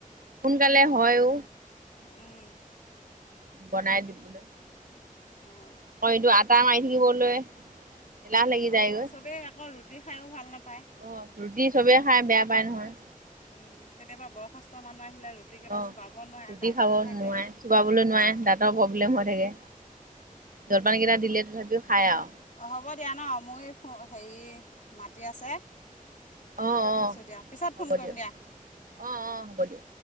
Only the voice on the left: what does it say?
উম।
অঁ
অ,
চবে আকৌ ৰুটি খাইও ভাল নাপায়।
উম, কেতিয়াবা বয়সস্থ মানুহ আহিলে ৰুটিকেইটা
চোবাব নোৱাৰে
দাঁত
নাথাকে
অঁ
অ, হ'ব দিয়া ন? মোৰ এই ফো হেৰি মাতি আছে
ৰাখিছোঁ
দিয়া। পিছত
ফোন কৰিম
দিয়া।